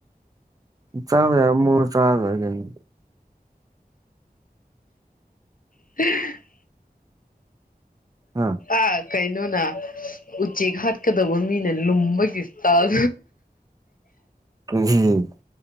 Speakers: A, on the right; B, on the left.
A: ꯆꯥꯕ ꯌꯥꯕ ꯃꯑꯣꯡꯗ ꯆꯔꯥ ꯂꯣꯏꯔꯦ ꯀꯩꯅꯣ
B: ꯑꯦ
A: ꯍꯥ
B: ꯑꯥ ꯀꯩꯅꯣꯅ ꯎꯆꯦꯛ ꯍꯥꯠꯀꯗꯧꯕ ꯃꯤꯅ ꯂꯨꯝꯕꯒꯤ ꯇꯧ
A: <unintelligible>